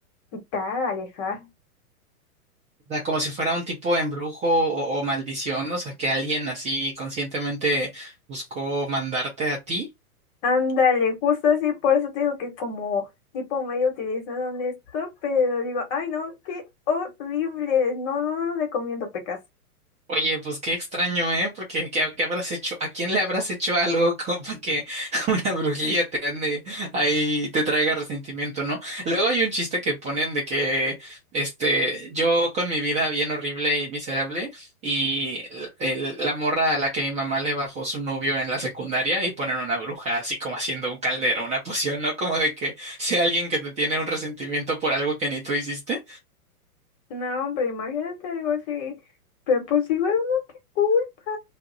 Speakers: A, on the left; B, on the right.
A: quitar, alejar.
B: O sea, como si fuera un tipo de embrujo o, o maldición, o sea, que alguien así conscientemente buscó mandarte a ti.
A: Ándale, justo así, por eso te digo que como tipo medio utilizaron esto, pero digo, ay no, qué horrible, no, no, no lo recomiendo, pecas.
B: Oye, pues qué extraño, ¿eh? Porque ¿qué, qué habrás hecho? ¿A quién le habrás hecho algo <laughs> como para que <laughs> una brujilla te ande ahí, te traiga resentimiento, ¿no? Luego hay un chiste que ponen de que, este, yo con mi vida bien horrible y miserable y el- la morra a la que mi mamá le bajó su novio en la secundaria y ponen una bruja así como haciendo un caldero, una poción, ¿no? Como de que sea alguien que te tiene un resentimiento por algo que ni tú hiciste.
A: No, hombre, imagínate algo así. Pero pues igual uno qué culpa.